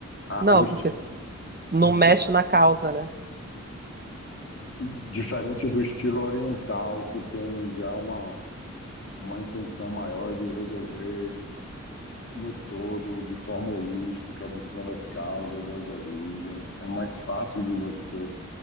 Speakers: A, on the left; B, on the right.
A: A,
B: não,
A: a- o estilo,
B: porque não
A: o estilo,
B: mexe na causa, né?
A: diferente do estilo oriental, que tem já uma, uma intenção maior de resolver no todo, de forma holística, buscando as causas, as origens. É mais fácil de você